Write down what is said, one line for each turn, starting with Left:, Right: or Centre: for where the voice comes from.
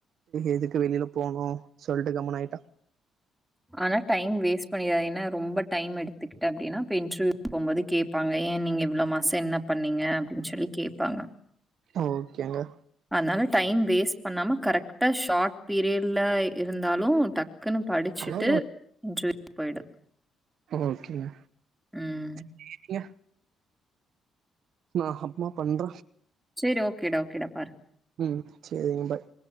Right: எதுக்கு வெளியில போகணு சொல்லிட்டு கம்முன ஆாயிட்டா
Centre: ஆனா டைம் வேஸ்ட் பண்ணாருதீங்கன்ன ரொம்ப டைம் எடுத்துக்கிட்டட்டு அப்டின்னா இப்ப இன்டர்வியூ போகும்போது கேப்பாங்க ஏன் நீங்க இவ்வளோ மாச என்ன பண்ணீங்க அப்டின்னு சொல்லி கேப்பாங்க
Right: ஓகேங்க
Centre: அதனால டைம் வேஸ்ட் பண்ணாம கரெக்டா ஷார்ட் பீரியட்ல இருந்தாலு டக் க்குன்னு படிச்சுட்டு
Right: ஹலோ
Centre: இன்டர்வியூ போயிடு
Right: ஓகேங்க
Centre: ம்
Right: நீங்க ரெடியா நா அப்பம்மா பண்ற
Centre: சேரி ஓகேடா ஓகேடா பாரு
Right: ம் சேரிங்க பாய்